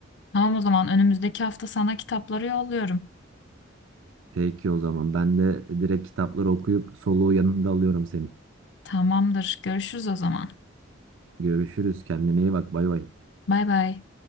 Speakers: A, on the left; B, on the right.
A: Tamam o zaman önümüzdeki hafta sana kitapları yolluyorum.
B: Peki o zaman ben de direkt kitapları okuyup soluğu yanında alıyorum senin.
A: Tamamdır. Görüşürüz o zaman.
B: Görüşürüz. Kendine iyi bak. Bay bay.
A: Bay bay.